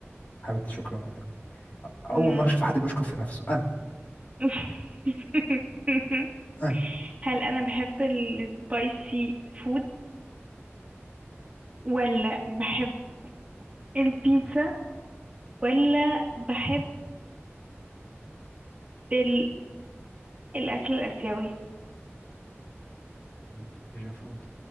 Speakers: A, on the left; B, on the right.
A: حبيبتي شكرا والله
B: امم
A: اول مره اشوف حد بيشكر في نفسه انا
B: <laughs>
A: انا
B: هل انا بحب السبايسي فود ولا بحب البيتزا ولا بحب ال... الاكل الاسيوي
A: مم، مش المفروض